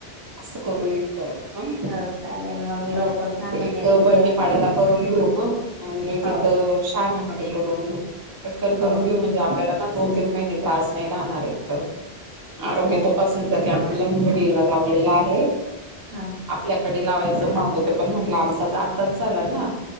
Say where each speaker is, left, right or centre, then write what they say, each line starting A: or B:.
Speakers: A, on the right; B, on the right.
A: असं करू एक <unintelligible>
B: हो चालेल मग लवकर सांगून
A: एक
B: द्यायचं
A: बर्डे,
B: मॅम
A: पाड्याला करून घेऊ. ह आणि एक
B: हो
A: इथं शाण्यामध्ये करून घेऊ. पटकन करून
B: हो
A: घेऊ, म्हणजे आपल्याला ना दोन-तीन महिने त्रास नाही राहणार एक तर, आरोग्य
B: चालेल
A: तपासत जा की, आपल्याला मुंबई, लावलेला आहे,
B: हा
A: आपल्याकडे लावायचं असं म्हणत होते. पण म्हटलं आमचा तर आताच झाला ना,